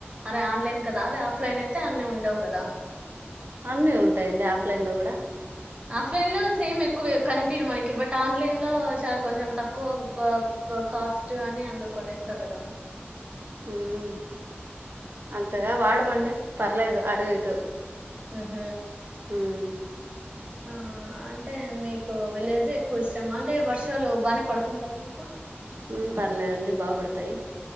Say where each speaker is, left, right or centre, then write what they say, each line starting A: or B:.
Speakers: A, on the right; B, on the right.
A: అరే ఆన్లైన్ కదా అదే ఆఫ్లైన్ అయితే అన్నీ ఉండవు కదా
B: అన్నీ ఉంటాయండి ఆఫ్లైన్ లో కూడా
A: ఆఫ్లైన్ లో సేమ్ ఎక్కువే కనిపీరు మనకి బట్ ఆన్లైన్ లో చాలా కొంచెం తక్కువ కాస్ట్ అని అందరూ కొనేస్తారు కదా
B: ఉమ్ అంతగా వాడమండి పర్లేదు అటు ఇటు
A: మ్ హు
B: ఉమ్
A: ఆ అంటే మీకు విలేజ్ ఎక్కువ ఇష్టం అంటే వర్షాలు బానే పడుతుంటాయ మీకు
B: ఉమ్ పర్లేదండి బా పడతాయి